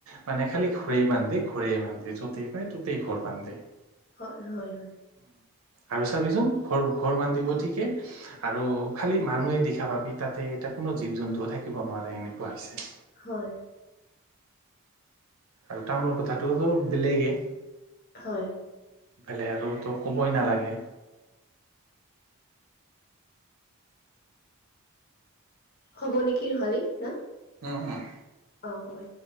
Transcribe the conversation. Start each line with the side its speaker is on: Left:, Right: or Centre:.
Right: মানে খালি ঘৰেই বান্ধে, ঘৰেই বান্ধে য'তেই পায় ত'তেই। কি ঘৰ পান দে।
Left: হয়, হয়, হয়।
Right: আৰু চাবিচোন ঘৰ, ঘৰ বান্ধিব ঠিকে আৰু খালি মানুহে দেখা পাবি তাতে এটা কোনো। কোনো জীৱ জন্তুও থাকিব নোৱাৰে এনেকুৱা হৈছে।
Left: হয়।
Right: আৰু টাউনৰ কথাটোতো বেলেগে।
Left: হয়।
Right: এফালে আৰু তো কবই নালাগে।
Left: হব নেকি নহলি ন।
Right: উম, উম।
Left: অ', হ'ব দে।